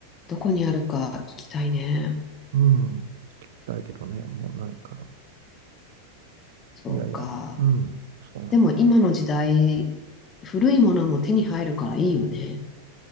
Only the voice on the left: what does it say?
どこにあるか聞きたいね。
そうか。
でも、今の時代、古いものも手に入るからいいよね。